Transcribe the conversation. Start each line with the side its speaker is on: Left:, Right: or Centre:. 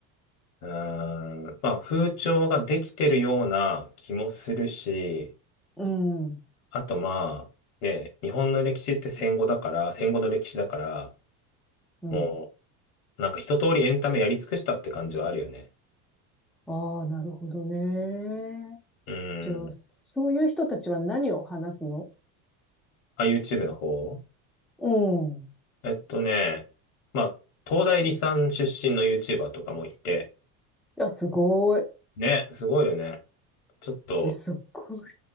Left: うーん。まあ、風潮ができてるような気もするし、
Centre: うん、
Left: あとまあ、ね、日本の歴史って戦後だから、戦後の歴史だから、
Centre: うん。
Left: もう、なんか一通りエンタメやり尽くしたって感じはあるよね。
Centre: ああ、なるほどね。
Left: うん。
Centre: じゃあ、そういう人たちは何を話すの
Left: あ、YouTube の方
Centre: うん。い
Left: えっとね、まあ、東大理三出身の YouTuber とかもいて、
Centre: や、すごい。
Left: ね、すごいよね。ちょっと、
Centre: え、すっごい。